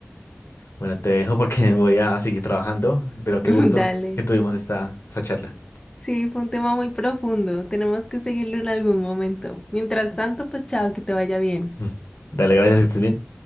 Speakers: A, on the left; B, on the left.
A: bueno, te dejo porque <laughs> voy a seguir trabajando, pero qué
B: <laughs>
A: gusto
B: Dale.
A: que tuvimos esta, esta charla.
B: Sí, fue un tema muy profundo. Tenemos que seguirlo en algún momento. Mientras tanto, pues chao, que te vaya bien.
A: <laughs> Dale, gracias, que estés bien.